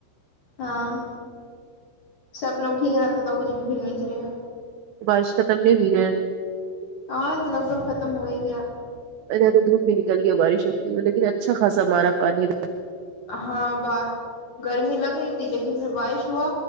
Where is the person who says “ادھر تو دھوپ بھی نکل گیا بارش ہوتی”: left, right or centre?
Right